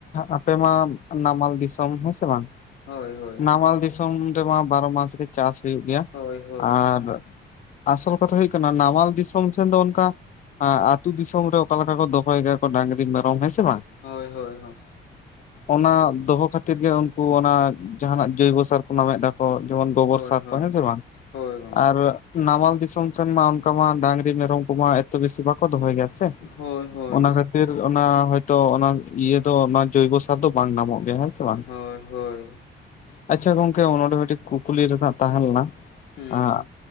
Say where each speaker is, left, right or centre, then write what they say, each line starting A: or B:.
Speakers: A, on the left (about 40°); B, on the left (about 70°).
A: ᱟᱯᱮ ᱢᱟ ᱱᱟᱢᱟᱞ ᱫᱤᱥᱚᱢ ᱦᱮᱸᱥᱮ ᱵᱟᱝ
B: ᱦᱳᱭ ᱦᱳᱭ
A: ᱱᱟᱢᱟᱞ ᱫᱤᱥᱚᱢ ᱨᱮᱢᱟ ᱵᱟᱨᱚ ᱢᱟᱥ ᱜᱮ ᱪᱟᱥ ᱦᱩᱭᱩᱜ ᱜᱮᱭᱟ
B: ᱦᱳᱭ ᱦᱳᱭ
A: ᱟᱨ ᱟᱥᱚᱞ ᱠᱟᱛᱷᱟ ᱦᱩᱭᱩᱜ ᱠᱟᱱᱟ ᱱᱟᱢᱟᱞ ᱫᱤᱥᱚᱢ ᱥᱮᱱ ᱫᱚ ᱚᱱᱠᱟ ᱟᱛᱩ ᱫᱤᱥᱚᱢ ᱨᱮ ᱚᱠᱟ ᱞᱮᱠᱟ ᱠᱚ ᱫᱚᱦᱚᱭ ᱜᱮᱭᱟ ᱠᱚ ᱰᱟᱝᱨᱤ ᱢᱮᱨᱚᱢ ᱦᱮᱸ ᱥᱮ ᱵᱟᱝ
B: ᱦᱳᱭ ᱦᱳᱭ
A: ᱚᱱᱟ ᱫᱚᱦᱚ ᱠᱷᱟᱛᱤᱨ ᱜᱮ ᱩᱱᱠᱩ ᱚᱱᱟ ᱡᱟᱦᱟᱱᱟᱜ ᱡᱳᱭᱵᱚ ᱥᱟᱨ ᱠᱚ ᱱᱟᱢᱮᱫᱟᱠᱚ ᱡᱮᱢᱚᱱ ᱜᱚᱵᱚᱨ
B: ᱦᱳᱭ
A: ᱥᱟᱨ
B: ᱦᱳᱭ
A: ᱠᱚ ᱦᱮᱸ ᱥᱮ ᱵᱟᱝ
B: ᱦᱳᱭ ᱦᱳᱭ ᱜᱚᱝᱠᱮ
A: ᱟᱨ ᱱᱟᱢᱟᱞ ᱫᱤᱥᱳᱢ ᱥᱮᱱ ᱢᱟ ᱚᱱᱠᱟ ᱢᱟ ᱰᱟᱝᱨᱤ ᱢᱮᱨᱚᱢ ᱠᱚᱢᱟ ᱮᱛᱚ ᱵᱮᱥᱤ ᱵᱟᱠᱚ ᱫᱚᱦᱚᱭ ᱜᱮᱭᱟ ᱥᱮ
B: ᱦᱳᱭ ᱦᱳᱭ
A: ᱚᱱᱟ ᱠᱷᱟᱹᱛᱤᱨ ᱚᱱᱟ ᱦᱳᱭᱛᱚ ᱚᱱᱟ ᱤᱭᱟᱹᱫᱚ ᱚᱱᱟ ᱡᱳᱭᱵᱚ ᱥᱟᱨ ᱫᱚ ᱵᱟᱝ ᱧᱟᱢᱚᱜ ᱜᱮᱭᱟ ᱦᱮᱸ ᱛᱮ ᱵᱟᱝ
B: ᱦᱳᱭ ᱦᱳᱭ
A: ᱟᱪᱪᱷᱟ ᱜᱚᱝᱠᱮ ᱱᱚᱰᱮ ᱢᱤᱜᱴᱤᱜ ᱠᱩᱠᱞᱤ ᱨᱟᱠᱟᱜ ᱛᱟᱦᱮᱸᱞᱮᱱᱟ
B: ᱦᱩᱸ
A: ᱟ ᱦᱟᱜ